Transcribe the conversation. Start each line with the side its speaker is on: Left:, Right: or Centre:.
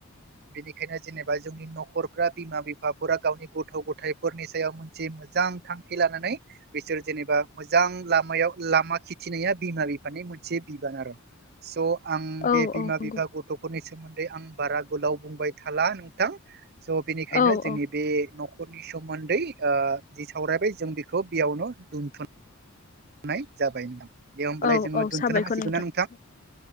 Right: बिनिखायनो जेनेबा जोंनि न'खर बिमा बिफाफोरा गावनि गथ' गथायफोरनि सायाव मोनसे मोजां थांखि लानानै बिसोरजों जेनेबा मोजां लामायाव लामा खिथिनाया बिमा बिफानि मोनसे बिबान आरो स' आं बे
Left: औ
Right: बिमा
Left: औ नंगौ
Right: बिफा गथ' सोमोन्दै आं बारा गोलाव बुंबाय थाला नोंथां स' बेनिखायनो
Left: औ
Right: जोंनि
Left: औ
Right: बे न'खर फोरनि सोमोन्दै ओ जि सावरायबाय जों बेखौ बेयावनो दोनथ'नो नाय जाबाय नोंथां।
Left: औ-औ
Right: जोङो दोनथ'नो
Left: साबायखर
Right: हासिगोन
Left: नोंथां
Right: ना